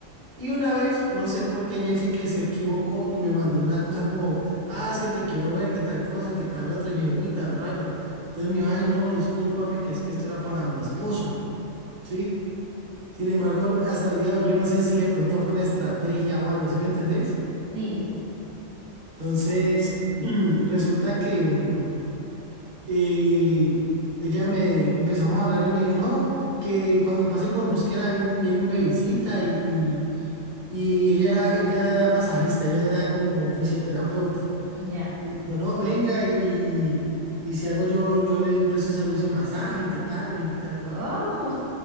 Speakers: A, on the right; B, on the right.
A: Y una vez, no sé por qué, ella dice que se equivocó y me mandó una cosa como, ah, es que te quiero ver, qué tal cosa, qué tal otra. Y yo dije, uy, tan raro. Entonces me dijo, ay, no, discúlpame, que es que esto era para mi esposo, ¿sí? Sin embargo, hasta el día de hoy, yo no sé si de pronto fue una estrategia o algo, ¿sí me entendés?
B: Sí,
A: Entonces, <clears throat> resulta que eh, ella me empezamos a hablar y me dijo, no que cuando pase por Mosquera ven- viene y me visita y, y- Y ella era, ella era masajista, ella era como fisioterapeuta.
B: ya.
A: No, no, venga y, y- y si algo yo, yo le presto un servicio de masaje y qué tal y tal, bueno.
B: ¿Cómo?